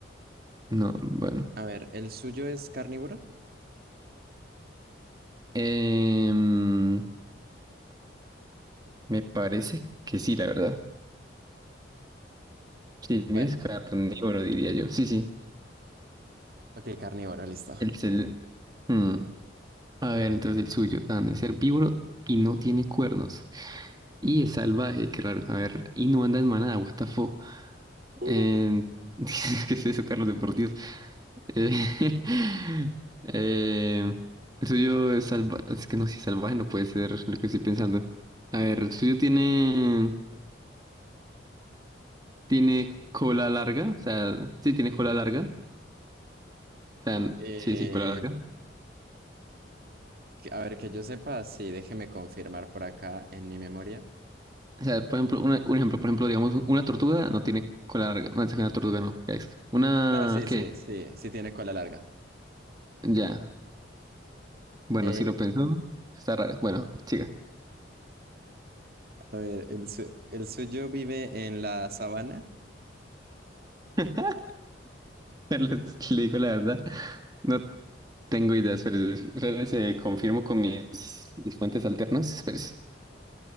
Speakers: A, on the right (about 20°); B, on the right (about 50°).
A: No, bueno.
B: A ver, ¿el suyo es carnívoro?
A: Em, Me parece que sí, la verdad. Sí, el
B: Bueno,
A: mío es carnívoro, diría yo. Sí, sí.
B: ok, carnívoro, listo.
A: El, cel- mm. A ver, entonces el suyo, tan es herbívoro y no tiene cuernos. Y es salvaje, claro. A ver, y no anda en manada, what the fuck.
B: <laughs>
A: Eh, <laughs> ¿Qué es eso, Carlos, de por Dios? Eh, <laughs> eh, el suyo es salvaje. Es que no, si es salvaje no puede ser lo que estoy pensando. A ver, el suyo tiene... Tiene cola larga. O sea, sí, tiene cola larga. O sea,
B: Eh,
A: sí, sí, cola larga.
B: que- a ver, que yo sepa, sí, déjeme confirmar por acá en mi memoria.
A: O sea, por ejemplo, una- un ejemplo, por ejemplo, digamos, una tortuga no tiene cola larga. Una, una tortuga no. ¿qué es? Una,
B: No, sí,
A: ¿qué?
B: sí, sí, sí tiene cola larga.
A: Ya. Bueno,
B: Eh,
A: si lo pensó, está raro. Bueno, siga.
B: a ver, ¿el, su- el suyo vive en la sabana?
A: <laughs> Les- Le digo la verdad. No tengo ideas, pero confirmo con mis, mis fuentes alternas. espérese.